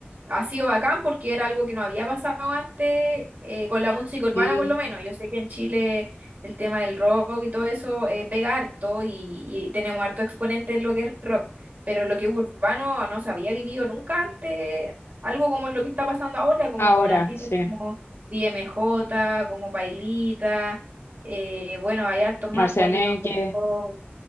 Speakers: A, on the right (about 45°); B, on the left (about 75°).
A: ha sido bacán porque era algo que no había pasado antes eh, con la música urbana
B: Sí,
A: por lo menos. Yo sé que en Chile el tema del rock y todo eso eh, pega harto y, y tenemos harto exponente en lo que es rock, pero lo que es urbano no se había vivido nunca antes, algo como lo que está pasando ahora, como
B: ahora,
A: con artistas
B: sí.
A: como... DMJ, como Pailita, eh, bueno, hay hartos más,
B: Marcianeque,
A: Polima, Coco,